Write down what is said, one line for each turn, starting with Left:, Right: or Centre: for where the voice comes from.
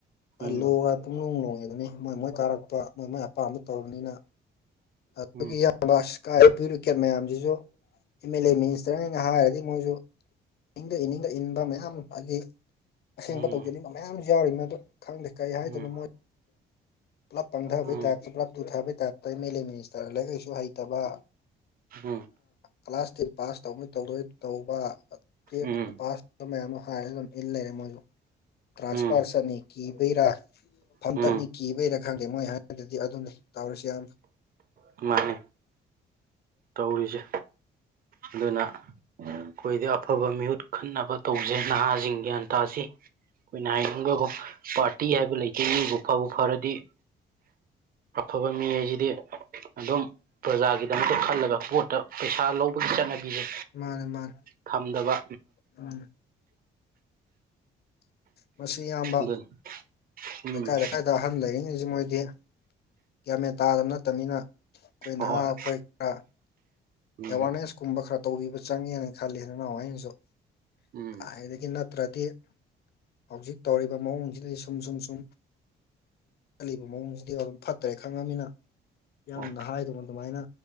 Right: ꯎꯝ
Left: ꯂꯣ ꯍꯥꯏ ꯄꯨꯡꯅꯨꯡ ꯂꯣꯡꯉꯦ ꯃꯣꯏ ꯃꯣꯏ ꯀꯥꯔꯛꯄ ꯃꯣꯏ ꯃꯣꯏ ꯑꯄꯥꯝꯕ ꯇꯧꯕꯅꯤꯅ ꯑꯗꯨꯒꯤ
Right: ꯎꯝ
Left: ꯏꯕ ꯏꯁꯀꯥꯏ ꯕ꯭ꯌꯨꯔꯣꯀꯦꯠ ꯃꯌꯥꯝꯁꯤꯁꯨ ꯑꯦꯝ ꯑꯦꯜ ꯑꯦ ꯃꯤꯅꯤꯁꯇꯔꯅ ꯍꯥꯏꯔꯗꯤ ꯃꯣꯏꯁꯨ ꯏꯅꯤꯡꯗ ꯏꯅꯤꯡꯗ ꯏꯟꯕ ꯃꯌꯥꯝ ꯍꯧꯖꯤꯛ ꯑꯁꯦꯡꯕ
Right: ꯎꯝ
Left: ꯇꯧꯖꯅꯤꯡꯕ ꯃꯌꯥꯝꯁꯨ ꯌꯥꯎꯔꯤ ꯃ ꯑꯗꯨꯣ ꯈꯪꯗꯦ ꯀꯩ ꯍꯥꯏꯗꯅꯣ
Right: ꯎꯝ ꯎꯝ
Left: ꯃꯣꯏ ꯄꯨꯂꯞ ꯄꯥꯡꯊꯕꯩ
Right: ꯎꯝ
Left: ꯇꯥꯏꯞꯇ ꯄꯨꯂꯞ ꯇꯨꯊꯕꯩ ꯇꯥꯏꯞꯇ ꯃꯃꯤ ꯁ ꯇꯔꯂ ꯀꯩꯁꯨ ꯍꯩꯇꯕ
Right: ꯍ
Left: ꯀ꯭ꯂꯥꯁ ꯇꯦꯟ ꯄꯥꯁ ꯇꯧꯅꯣꯏ ꯇꯧꯗꯣꯏ ꯇꯧꯕ ꯇꯨꯋꯜꯞ
Right: ꯎꯝ
Left: ꯄꯥꯁ ꯇꯧꯕ ꯃꯌꯥꯝ ꯑꯃ ꯐ ꯑꯗꯨꯝ ꯏꯔ ꯇ꯭ꯔꯥꯟꯁꯐꯥꯔ
Right: ꯎꯝ ꯎꯝ
Left: ꯆꯠꯅꯤ ꯀꯤꯕꯩꯔꯥ ꯐꯝꯇꯠꯅꯤ
Right: ꯎꯝ
Left: ꯀꯤꯕꯩꯔ ꯈꯪꯗꯦ ꯃꯣꯏ ꯍꯥꯏꯕꯗꯨꯗꯤ ꯑꯗꯨꯅꯤ ꯇꯧꯔꯁꯤ ꯌꯥꯝꯅ
Right: ꯃꯥꯃꯅꯦ ꯇꯧꯔꯤꯁꯦ ꯑꯗꯨꯅ ꯑꯩꯈꯣꯏꯗꯤ ꯑꯐꯕ ꯃꯤꯍꯨꯠ ꯈꯟꯅꯕ ꯇꯧꯖꯩ ꯅꯍꯥꯁꯤꯡ ꯒ꯭ꯌꯥꯟ ꯇꯥꯁꯤ ꯑꯩꯈꯣꯏꯅ ꯍꯥꯏ ꯄꯥꯔꯇꯤ ꯍꯥꯏꯕ ꯂꯩꯇꯦ ꯃꯤꯕꯨ ꯐꯕꯨ ꯐꯔꯗꯤ ꯑꯐꯕ ꯃꯤ ꯍꯥꯏ ꯌꯦꯗꯤ ꯑꯗꯨꯝ ꯄ꯭ꯔꯖꯥꯒꯤꯗꯃꯛꯇ ꯈꯜꯂꯒ ꯄꯣꯠꯇ ꯄꯩꯁꯥ ꯂꯧꯕ ꯒꯤ ꯆꯠꯅꯕꯤꯁꯦ
Left: ꯃꯥꯅꯦ ꯃꯥꯅꯦ
Right: ꯊꯝꯗꯕ
Left: ꯎꯝ ꯃꯁꯤ ꯑꯌꯥꯝꯕ
Right: ꯑꯗꯨꯅꯤ ꯎꯝ
Left: ꯂꯩꯀꯥꯏ ꯂꯩꯀꯥꯏꯗ ꯑꯍꯟ ꯂꯩꯔꯤꯉꯩꯁꯤ ꯃꯣꯏꯗꯤ ꯌꯥꯝꯒ ꯃꯦꯟ ꯇꯥꯗꯕ ꯅꯠꯇꯕꯅꯤꯅ ꯑꯩꯈꯣꯏ
Right: ꯍꯣꯏ
Left: ꯅꯍꯥ ꯑꯩꯈꯣꯏ ꯈꯔ
Right: ꯎꯝ
Left: ꯑꯦꯋꯥꯔꯅꯦꯁ ꯀꯨꯝꯕ ꯈꯔ ꯇꯧꯕꯤꯕ ꯆꯪꯉꯦꯅ ꯈꯜꯂꯤ ꯑꯗꯨꯅ ꯑꯩꯅꯁꯨ
Right: ꯎꯝ
Left: ꯀꯥꯏꯗꯒꯤ ꯅꯠꯇ꯭ꯔꯗꯤ ꯍꯧꯖꯤꯛ ꯇꯧꯔꯤꯕ ꯃꯑꯣꯡꯁꯤꯗꯩ ꯁꯨꯝ ꯁꯨꯝ ꯁꯨꯝ ꯆꯠꯂꯤꯕ ꯃꯑꯣꯡꯁꯤꯗꯤ ꯑꯗꯨꯝ ꯐꯠꯇ꯭ꯔꯦ ꯈꯪꯉꯃꯤꯅ ꯌꯥꯝꯅ
Right: ꯍꯣꯏ
Left: ꯍꯥꯏꯗꯅ ꯑꯗꯨꯃꯥꯏꯅ